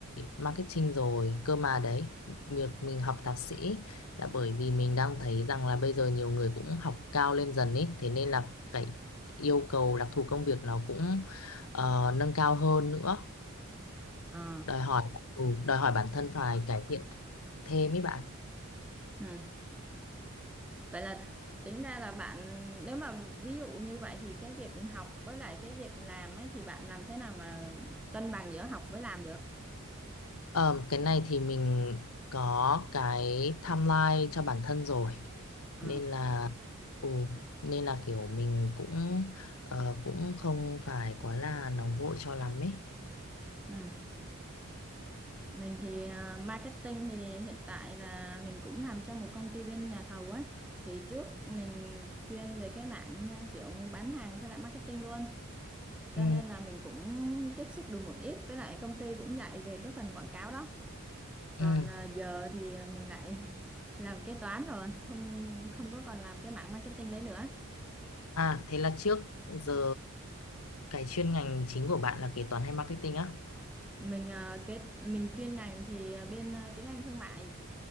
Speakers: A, on the left (about 75°); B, in the centre.
A: marketing rồi. Cơ mà đấy, việc mình học thạc sĩ là bởi vì mình đang thấy rằng là bây giờ nhiều người cũng học cao lên dần ý. Thế nên là cái yêu cầu đặc thù công việc nó cũng ờ, nâng cao hơn nữa.
B: Ờ,
A: Đòi hỏi, ừ, đòi hỏi bản thân phải cải thiện thêm ý bạn.
B: ừ. Vậy là tính ra là bạn nếu mà ví dụ như vậy thì cái việc học với lại cái việc làm ấy thì bạn làm thế nào mà cân bằng giữa học với làm được?
A: Ờ, cái này thì mình có cái timeline cho bản thân rồi
B: Ờ,
A: nên là ừ, nên là kiểu mình cũng ờ, cũng không phải quá là nóng vội cho lắm ấy.
B: ừ. Mình thì à, marketing thì hiện tại là mình cũng làm cho một công ty bên nhà thầu á. Thì trước mình chuyên về cái mảng à, kiểu bán hàng với lại marketing luôn. Cho
A: Ừ,
B: nên là mình cũng tiếp xúc được một ít với lại công ty cũng dạy về cái phần quảng cáo đó. Còn
A: ừ.
B: à, giờ thì mình lại <laughs> làm kế toán rồi, không không có còn làm cái mảng marketing đấy nữa.
A: À thế là trước giờ cái chuyên ngành chính của bạn là kế toán hay marketing á?
B: Mình à, cái mình chuyên ngành thì ờ, bên à, tiếng Anh thương mại